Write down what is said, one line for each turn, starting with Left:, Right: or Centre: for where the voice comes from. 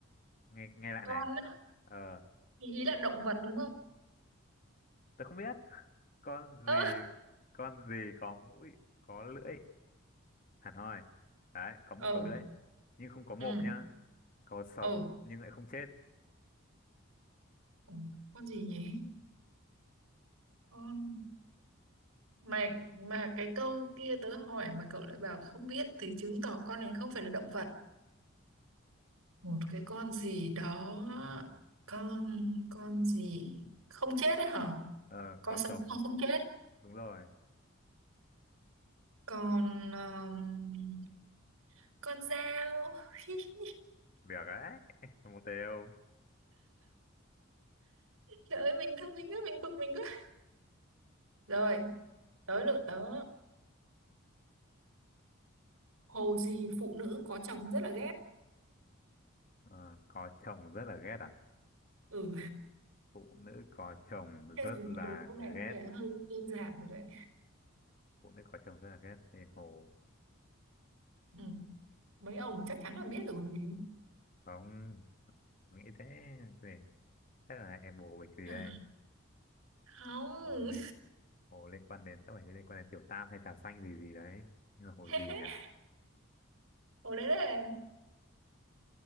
Left: nghe nghe lại
Right: Con
Left: này
Right: á,
Left: ờ
Right: thì ý là động vật đúng không?
Left: tớ không biết <laughs> con
Right: Ơ,
Left: gì con gì có mũi có lưỡi hẳn hoi đấy có mũi
Right: ừ
Left: có lưỡi nhưng không có mồm
Right: ừ
Left: nhá có sống
Right: ừ
Left: nhưng lại không chết
Right: Ủa, con gì nhỉ con mà mà cái câu kia tớ hỏi mà cậu lại bảo không biết thì chứng tỏ con này không phải là động vật một cái con gì đó con con gì không chết đấy hả
Left: ờ
Right: con
Left: có
Right: sống
Left: sống
Right: không không chết
Left: đúng rồi
Right: con um, con dao <laughs>
Left: được đấy <laughs> một đều
Right: trời ơi mình thông minh quá mình bực mình quá rồi tới lượt tớ hồ gì phụ nữ có chồng rất là ghét
Left: ờ, có chồng rất là ghét à
Right: ừ
Left: phụ nữ có chồng
Right: thế
Left: rất
Right: rồi
Left: là
Right: mình đố câu này
Left: ghét
Right: có vẻ hơi đơn giản rồi đấy
Left: phụ nữ có chồng rất là ghét thì hồ
Right: ừ. mấy ông chắc chắn là biết rồi vì
Left: không nghĩ thế thì chắc là em bồ bịch gì
Right: à,
Left: đây
Right: không
Left: hồ gì này? Hồ liên quan đến chắc phải liên quan đến tiểu tam hay trà xanh gì gì đấy. Nhưng mà hồ
Right: <laughs>
Left: gì nhỉ?
Right: hồ đấy đấy